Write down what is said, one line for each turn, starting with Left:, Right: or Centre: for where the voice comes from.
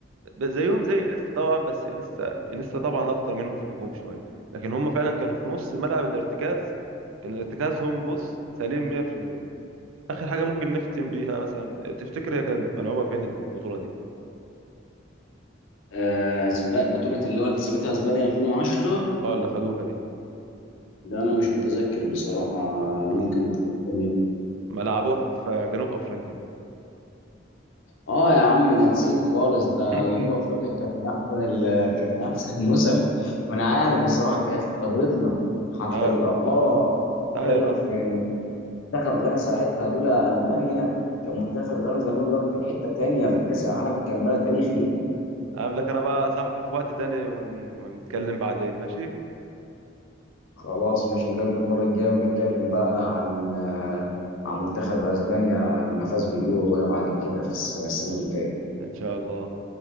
Right: ب- زيهم زي انيستا طبعا بس انيستا انيستا طبعا اخطر منهم في الهجوم شويه لكن هم فعلا كانوا في نص ملعب الارتكاز كان ارتكازهم بص سليم 100% اخر حاجه ممكن نختم بيها مثلا تفتكر هي كانت ملعوبه فين البطوله دي
Left: آه، أسب- بطوله اللي هو كسبتها اسبانيا 2010
Right: اه اللي خدوها دي
Left: ده انا مش متذكر بصراحه
Right: آه.
Left: ممكن
Right: آه.
Left: تفكرني
Right: ملعبوها في جنوب افريقيا
Left: اه يا عم انا نسيت خالص ده
Right: <laughs>
Left: جنوب افريقيا كانت من احسن ال- كانت من احسن النسخ ما انا عارف بصراحه دي كانت في قارتنا حتى
Right: آه.
Left: بالاماره بتتكلم
Right: ايوه طبعا
Left: في ان منتخب غانا ساعتها لولا المانيا كان منتخب غانا زمان دلوقتي في حته تانيه في كاس العالم كان بلا تاريخ ليه
Right: هقابلك انا بقى يا صاحبي في وقت تاني ون... ونتكلم بعدين ماشي
Left: خلاص ماشي نقابل المره الجايه ونتكلم بقى عن آه، عن منتخب اسبانيا لما فاز باليورو بقى بعد كده في الس- السنه اللي فاتت
Right: ان شاء الله